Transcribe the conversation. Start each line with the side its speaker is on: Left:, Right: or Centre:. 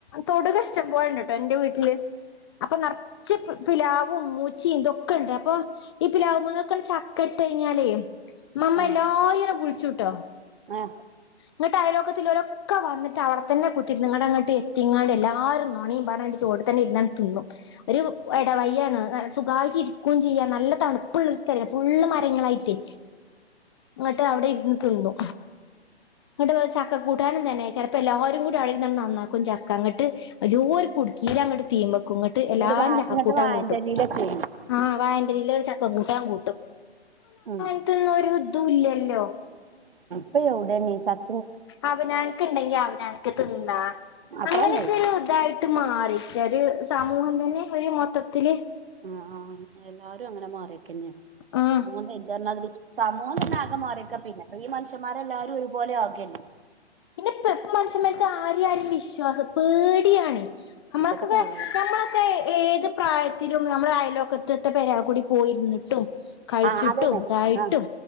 Left: തൊടുക ഇഷ്ടം പോലെയുണ്ട് ട്ടോ ഇന്റെ വീട്ടില് അപ്പൊ ന ച്ച് പിലാവും മൂച്ചിം ഇതൊക്കെണ്ട് അപ്പൊ ഈ പിലാവ് ന്നൊക്കെ ചക്ക ഇട്ട് കഴിഞ്ഞാലേ ഇമ്മ മ്മ
Right: ആ
Left: എല്ലാരിം വിളിച്ചുട്ടോ
Right: ആ
Left: ങ്ങട്ട് അയലൊക്കത്ത് ലോ ല്ലോ ഒക്കെ വന്ന്ട്ട് അവടെത്തന്നെ കുത്തിര്ന്ന് ങ്ങട്ട ങ്ങട്ട് എത്തിങ്ങാണ്ട് എല്ലാരിം നോണിം പർഞാണ്ട് ചോട് തന്നെ ഇരുന്നണ്ട് തിന്നു ഒരു എട വയ്യാണ് സുഖായിട്ട് ഇരി ക്കും ചെയ്യാം നല്ല തണുപ്പ്ള്ള സ്ഥലം ഫുള് മരങ്ങളായിട്ട് ങ്ങട്ട് അവ്ടെ ഇര്ന്ന് തിന്നു ങ്ങട്ട് ചക്ക കൂട്ടാനും തന്നെ ചെലപ്പോ എല്ലാരും കൂടി ആട ഇര്നണ്ട് നന്നാക്കും ചക്കങ്ങട്ട് വെല്യൊരു കുടുക്കിയിലങ്ങട്ട് തീമക്കും ഇങ്ങ ട്ട് എല്ലാരും
Right: ഇങ്ങോട്ട് വാ
Left: ചക്കകൂട്ടാൻ
Right: ഇങ്ങോട്ട് വാഴന്റെ
Left: കൂട്ടും
Right: അടിയിലൊക്കെ
Left: ആഹ് വായന്റെലേല് ഒരു ചക്ക കൂട്ടാൻ കൂട്ടും
Right: ഉം
Left: ത്ത് നോരു ഇതും ഇല്ലല്ലോ
Right: പ്പ എഹുടെണി ച്ച
Left: അവനാൻക്ക് ഇണ്ടെങ്കി അവനൻക്ക് തിന്നാ
Right: അത്ര
Left: അങ്ങനെക്കൊരു
Right: തന്നെ
Left: ഇതായി ട്ട് മാറിക്ക ഒരു സമൂഹം തന്നെ ഒരു മൊത്തത്തില്
Right: ആഹ് ആഹ് എല്ലാരും അങ്ങനെ മാറിയക്കന്നെണ്
Left: ആഹ്
Right: സമൂഹം വേല്ത് പറഞ്ഞാ തിരി സമൂ മോംതന്നെ ആകെ മാറിക്ക പിന്നെ അപ്പൊ ഈ മനുഷ്യന്മാരെല്ലാരും ഒരുപോലെ ആകലെ
Left: പിന്നെപ്പ് പ്പ മനുഷ്യന്മാർക്ക് ആരെ ആരേം വിശ്വാസം പേടിയാണ് നമ്മൾക്കൊക്കെ
Right: ഇപ്പത്തെ കാലം
Left: നമ്മള ക്കെ ഏത് പ്രായത്തിലും നമ്മള അയൽവക്കത്തത്തെ പെരെ കൂടി പോയിര്ന്ന്ട്ടും കഴിച്ചിട്ടും
Right: ആഹ് അതന്നെ
Left: ഇതായിട്ടും
Right: ആഹ്